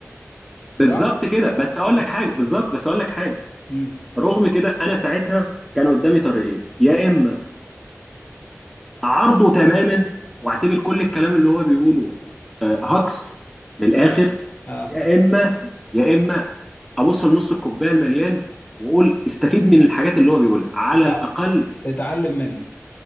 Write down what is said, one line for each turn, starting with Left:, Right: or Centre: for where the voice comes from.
Centre: بالظبط
Left: صح
Centre: كده بس اقول
Left: امم
Centre: لك حاجه بالظبط بس اقول لك حاجه
Left: امم
Centre: رغم كده انا ساعتها كان قدامي طريقين يا اما اعارضه تماما واعتبر كل الكلام اللي هو بيقوله آه، هكس من الاخر
Left: اه اه
Centre: يا اما يا اما ابص لنص الكوبايه المليان واقول استفيد من الحاجات اللي هو بيقولها على
Left: تتع...
Centre: الاقل
Left: تتعلم منه